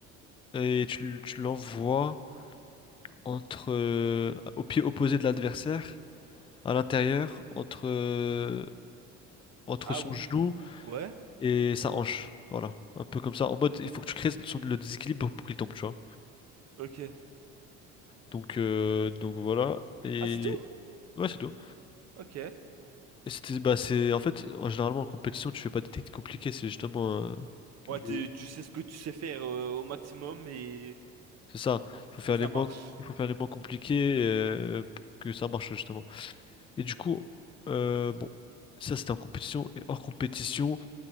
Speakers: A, on the left (about 15°); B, on the right (about 50°).
A: et tu, l- tu l'envoies entre euh, au pied opposé de l'adversaire, à l'intérieur, entre, euh, entre
B: Ah
A: son
B: oui.
A: genou
B: Ouais.
A: et sa hanche. Voilà. Un peu comme ça. En mode, il faut que tu crées son- le déséquilibre pour qu'il tombe, tu vois.
B: Ok.
A: Donc, euh, donc voilà. Et
B: Ah, c'est tout?
A: ouais, c'est tout.
B: Ok.
A: Et c'était, bah, c'est, en fait, en généralement, en compétition, tu fais pas des techniques compliquées, c'est justement. euh,
B: Ouais,
A: les-
B: tu tu sais ce que tu sais faire euh, au maximum et
A: C'est ça. Il faut faire
B: Et ça
A: les
B: marche.
A: moins, il faut faire les moins compliqués euh, pour que ça marche, justement. Et du coup, euh, bon, ça c'était en compétition. Et hors compétition,